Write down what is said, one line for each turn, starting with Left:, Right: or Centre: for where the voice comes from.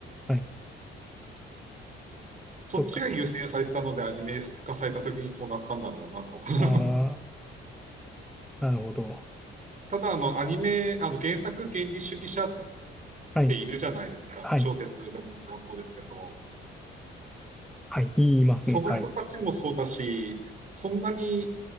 Centre: はい。そっか。
Right: そっちが優先されてたのでアニメ化された時にそうなったんだろうなと。<laughs>
Centre: ああ、なるほど。
Right: ただ、あの、アニメ、あの、原作原理主義者っ
Centre: はい。
Right: ているじゃないですか。
Centre: はい。
Right: 小説でもそうですけど。
Centre: はい、言いますね。
Right: その人たちもそうだし、
Centre: はい。
Right: そんなに